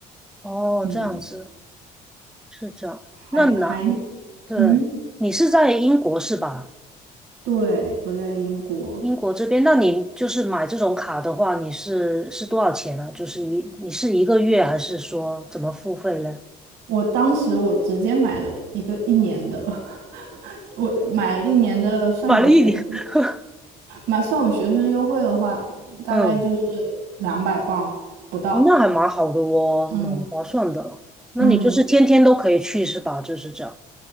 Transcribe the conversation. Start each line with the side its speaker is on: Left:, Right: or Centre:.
Centre: 哦，
Right: 嗯，
Centre: 这样子是这样。
Right: 还还，
Centre: 那哪对，
Right: 嗯，
Centre: 你是在英国是吧？
Right: 对，我在英国。
Centre: 英国这边，那你就是买这种卡的话，你是是多少钱呢？就是一你是一个月还是说怎么付费呢？
Right: 我当时我直接买了一个一年的，<laughs> 我买了一年的，算我学生，
Centre: 买了一年，<laughs>
Right: 买算我学生优惠的话，大概就是两百磅不到。
Centre: 嗯，哦，那还蛮好的哦，
Right: 嗯
Centre: 蛮划算的。那你就是天天都可以去是吧？
Right: 嗯，
Centre: 就是这样。